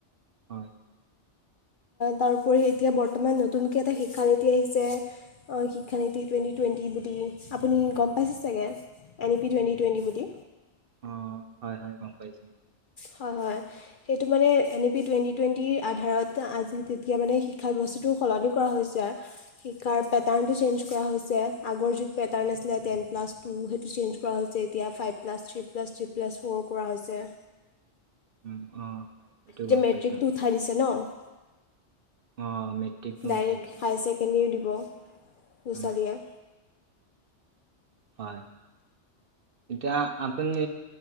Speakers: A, on the right; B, on the left.
A: হয়।
B: তাৰোপৰি এতিয়া বৰ্তমান নতুনকৈ এটা শিক্ষানীতি আহিছে অ', শিক্ষানীতি টুৱেণ্টি টুৱেণ্টি বুলি আপুনি গ'ম পাইছে চাগে? এনি পি টুৱেন্টি টুৱেন্টি বুলি।
A: অ', হয়, হয়, গ'ম পাইছোঁ।
B: হয়, হয়। সেইটো মানে এন ই পি টুৱেণ্টি টুৱেণ্টিৰ আধাৰত আজি তেতিয়া মানে শিক্ষা ব্যৱস্থাটো। সলনি কৰা হৈছে। শিকাৰ পেটাৰ্ণটো চেঞ্জ কৰা হৈছে আগৰ যি পেটাৰ্ণ আছিলে টেন প্লাছ টু সেইটো চেঞ্জ কৰা হৈছে এতিয়া five plus three plus three plus four কৰা হৈছে।
A: উম, অ'। হয় এইটো
B: এতিয়া
A: গম
B: মেট্ৰিকটো
A: পাইছো
B: উঠাই দিছে ন'?
A: অ', মেট্ৰিকটো
B: ডাইৰেক্ট
A: উঠাই।
B: হায়াৰ ছেকেণ্ডেৰীও দিব ল'ৰা-ছোৱালীয়ে।
A: উম হয়, এতিয়া আপুনি